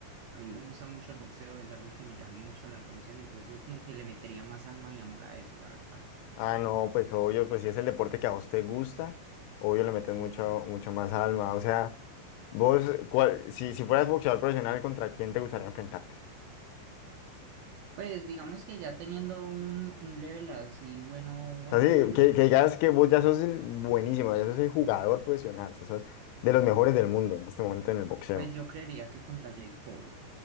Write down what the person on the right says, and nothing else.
a mí me gusta mucho el boxeo, es algo que me llama mucho la atención, entonces yo como que le metería más alma y amor a eso, la verdad.
Pues digamos que ya teniendo un, un level así bueno, bueno,
bueno,
pues yo creería que contra Jake Paul.